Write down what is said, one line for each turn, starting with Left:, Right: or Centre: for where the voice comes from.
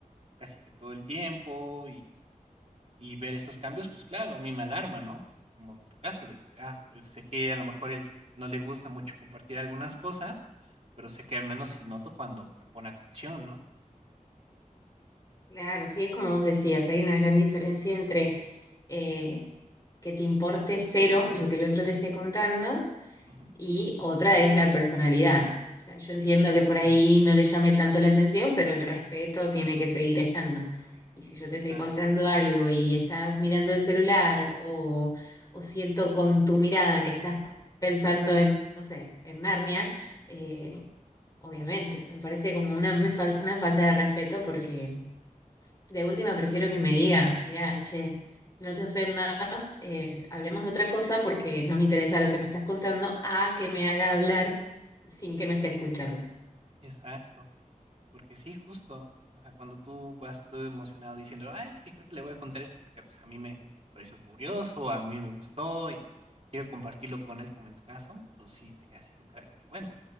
Right: casi que todo el tiempo y este y ver esos cambios, pues claro, a mí me alarma, ¿no? Como en tu caso de que ah, sé que a lo mejor él no le gusta mucho compartir algunas cosas, pero sé que al menos sí noto cuando me pone atención, ¿no?
Left: Claro, sí, es como vos decías, hay una gran diferencia entre eh, que te importe cero lo que el otro te esté contando
Right: Ujú,
Left: y otra es la personalidad. O sea, yo entiendo que por
Right: ujú,
Left: ahí no le llame tanto la atención, pero el respeto tiene que seguir estando. Y si yo te
Right: exacto,
Left: estoy contando algo y estás mirando el celular o, o siento con tu mirada que estás pensando en, no sé, en Narnia, eh, obviamente, me parece como una, muy fal- una falta de respeto porque de última prefiero que me diga, mirá, che, no te ofendas, eh, hablemos de otra cosa porque no me interesa lo que me estás contando, a que me haga hablar sin que me esté escuchando.
Right: exacto. Porque sí, justo. O sea, cuando tú vas todo emocionado diciendo, ah, es que creo que le voy a contar esto porque pues a mí me pareció curioso, a mí me gustó y quiero compartirlo con él como en tu caso, pues sí, te quedas así con cara de que, bueno,